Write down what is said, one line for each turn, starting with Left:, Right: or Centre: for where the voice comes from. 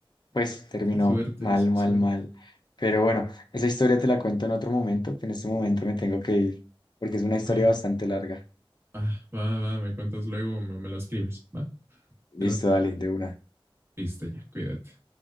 Left: pues terminó
Right: Esa es suerte,
Left: mal,
Right: esa
Left: mal,
Right: es suerte.
Left: mal. Pero bueno, esa historia te la cuento en otro momento, que en este momento me tengo que ir, porque es una historia
Right: Ah,
Left: bastante larga.
Right: ah, va, va, me cuentas luego o me, me lo escribes, ¿va?
Left: Listo,
Right: Te late.
Left: dale, de una.
Right: Listo, ya, cuídate.